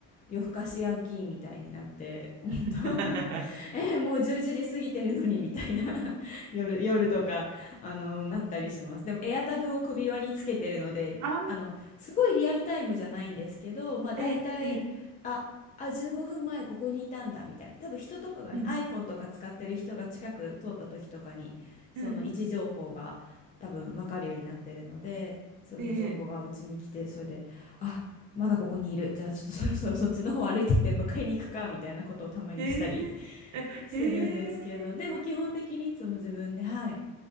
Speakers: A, on the left (about 20°); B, on the right (about 45°).
A: 夜更かしヤンキーみたいになって、本当
B: <laughs> あ
A: <laughs> えーもう11時過ぎてるのにみたいな <laughs> 夜、夜とか、あの、なったりします。でもエアタグを首輪につけてるので、
B: あ、
A: あの、すごいリアルタイムじゃないんですけど、まあ大体、
B: えー、えー、
A: あ、あ、15分前ここにいたんだみたいな。多分人とかがね、
B: うん、
A: iPhone とか使ってる人が近く通った時とかに、その位置情報が多分分かるようになってるので、
B: うん、
A: その情報がうちに来てそれであまだここにいるじゃあちょっと
B: えー、
A: <laughs> そろそろそっちの方歩いてって迎えに行くかみたいなことをたまにしたり
B: えー、
A: <laughs>
B: えー、
A: してるんですけどでも基本的にいつも自分ではい
B: えー